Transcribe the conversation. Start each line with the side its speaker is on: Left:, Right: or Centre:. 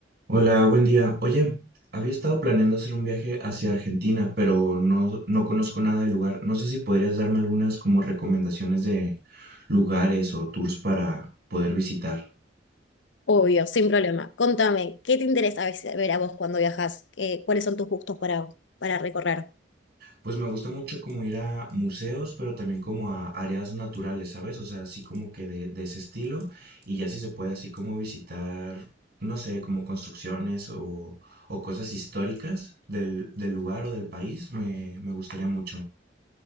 Right: Hola, buen día. Oye, había estado planeando hacer un viaje hacia Argentina, pero no, no conozco nada del lugar. No sé si podrías darme algunas como recomendaciones de lugares o tours para poder visitar.
Left: Obvio, sin problema. Contame, ¿qué te interesa a veces ver a vos cuando viajas? ¿Qué- cuáles son tus gustos para, para recorrer?
Right: Pues me gusta mucho como ir a museos, pero también como a áreas naturales, ¿sabes? O sea, así como que de, de ese estilo. Y ya si se puede así como visitar, no sé, como construcciones o, o cosas históricas del, del lugar o del país, me, me gustaría mucho.